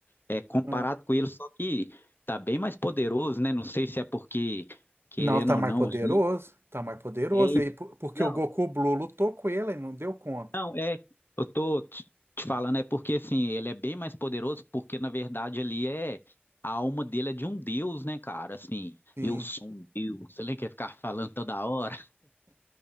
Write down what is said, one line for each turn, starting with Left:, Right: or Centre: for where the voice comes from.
Left: É comparado
Right: Hum.
Left: com ele, só que tá bem mais poderoso, né? Não sei se é porque, querendo
Right: Não, tá
Left: ou
Right: mais
Left: não,
Right: poderoso.
Left: ali.
Right: Tá mais poderoso
Left: É, e-
Right: aí, por- porque
Left: não,
Right: o Goku Blue lutou com ele e não deu conta.
Left: não, é. Eu tô te te falando, é porque assim, ele é bem mais poderoso, porque na verdade ali é. A alma dele é de um deus, né, cara? Assim,
Right: Sim.
Left: eu sou um deus. Você nem quer ficar falando toda hora.